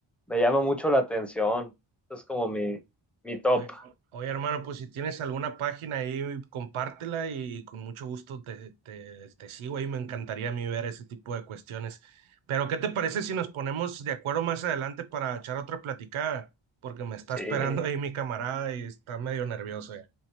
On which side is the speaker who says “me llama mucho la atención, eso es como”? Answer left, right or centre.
Centre